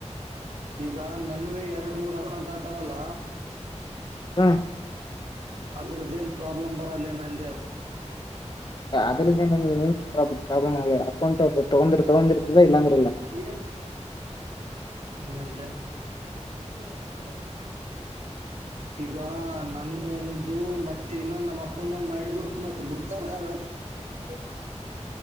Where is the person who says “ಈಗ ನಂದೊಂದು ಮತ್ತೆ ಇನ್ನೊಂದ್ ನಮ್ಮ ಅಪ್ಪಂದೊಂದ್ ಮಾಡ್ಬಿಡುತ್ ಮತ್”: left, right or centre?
Right